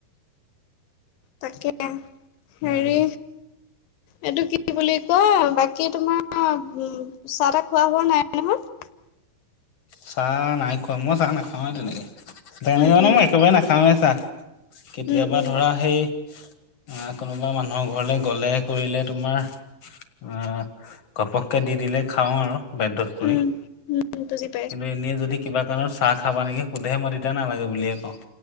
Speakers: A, on the left; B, on the left.
A: তাকে হেৰি
B: উম,
A: এইটো কি বুলি কয় বাকী তোমাৰ অ উ চাহ-তাহ খোৱা হোৱা নাই নহয়?
B: চাহ নাই খোৱা, মই চাহ নাখাওঁৱেই তেনেকে, তেনেকে
A: উম
B: মানে
A: উম
B: মই একেবাৰে নাখাওঁৱেই চাহ। কেতিয়াবা
A: উম উম
B: ধৰা সেই আ কোনোবা মানুহৰ ঘৰলে গ'লে কৰিলে তোমাৰ উম ঘপকে দি দিলে খাওঁ আৰু বাধ্যত পৰি।
A: উম <inaudible>
B: কিন্তু এনেই যদি কিবা কাৰণত চাহ খাবা নেকি সোধে মই তেতিয়া নালাগে বুলিয়ে কওঁ।